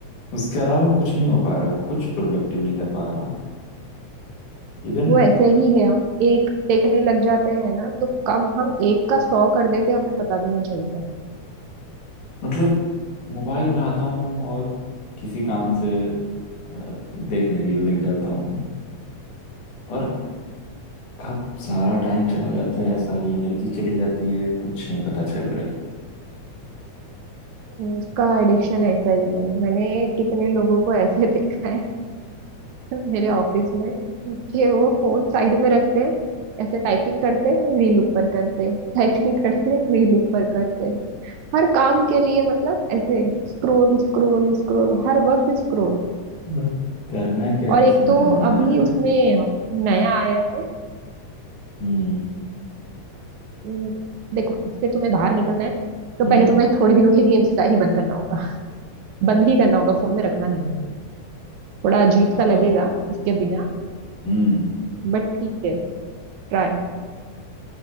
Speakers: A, on the left; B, on the right.
A: उसके अलावा कुछ नहीं हो पा रहा कुछ प्रोडक्टिव नहीं कर पा रहा हूँ इवन
B: वो ऐसे ही है हम एक देखने लग जाते हैं ना तो कब हम एक का सौ कर देते हैं, हमें पता भी नहीं चलता
A: मतलब मोबाइल उठाता हूँ और किसी काम से अ, देखने रील लग जाता हूँ और कब सारा टाइम चला जाता है सारी एनर्जी चली जाती है कुछ नहीं पता चल रहा
B: हम्म, उसका एडिक्शन ऐसा ही है मैंने कितने लोगों को ऐसे <laughs> देखा है मेरे ऑफिस में कि वो फोन साइड में रखते हैं ऐसे टाइपिंग करते रील ऊपर करते टाइपिंग करते रील ऊपर करते हर काम के लिए मतलब ऐसे स्क्रोल स्क्रोल स्क्रोल हर वक्त स्क्रोल
A: है। बट करना क्या
B: और
A: है
B: एक
A: समझ
B: तो
A: में नहीं
B: अभी
A: आ रहा है
B: उसमें
A: यार।
B: नया आया है
A: हम्म
B: उम, देखो इससे तुम्हें बाहर निकलना है तो
A: हम्म
B: पहले तुम्हें थोड़े दिनों के लिए इंस्टा ही बंद करना होगा बंद ही करना होगा फोन में रखना नहीं होगा थोड़ा अजीब सा लगेगा
A: आ,
B: उसके बिना
A: हम्म
B: बट ठीक है ट्राई